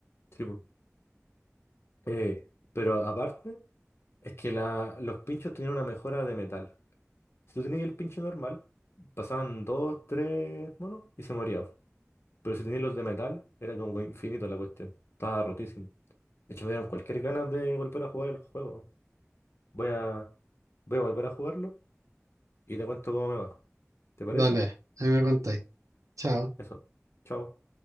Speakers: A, on the left; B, on the right.
A: Sí, po. Eh, pero aparte, es que la, los pinchos tenían una mejora de metal. Si tú tenías el pincho normal, pasaban dos, tres monos y se moría. Pero si tenías los de metal, era como infinito la cuestión. Estaba rotísimo. De hecho, me dieron cualquier ganas de volver a jugar el juego. Voy a, voy a volver a jugarlo y te cuento cómo me va. ¿Te parece?
B: Dale, ahí me contáis. Chao.
A: Eso. Chao.